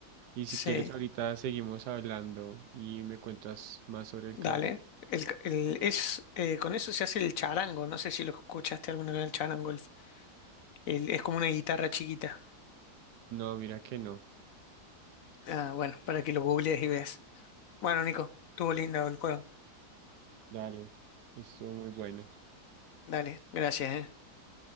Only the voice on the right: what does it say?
Y
si quieres, ahorita seguimos hablando y me cuentas más sobre el
carpincho.
No, mira que no.
Dale, estuvo muy bueno.